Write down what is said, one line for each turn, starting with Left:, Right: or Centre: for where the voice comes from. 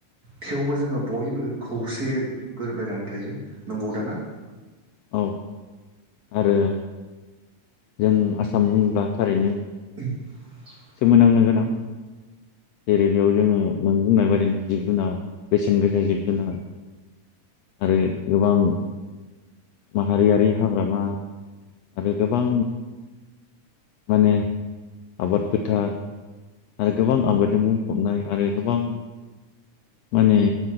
Right: थेवबो जोङो बयबो खौसेयै गोरोबलायनानै थायो नंगौ दा ना?
Left: औ आरो जों आसाम होनब्ला थारैनो
Right: <unintelligible>
Left: सोमोनोनांनो गोनां, जेरै बेयाव जोङो नों बुंनाय बायदिनो जिब जुनार बेसेन गोसा जिब जुनार आरो गोबां। माहारियारि हाग्रामा आरो गोबां माने आबाद फोथार आरो गोबां आबादजों बुंफबनाय आरो गोबां माने,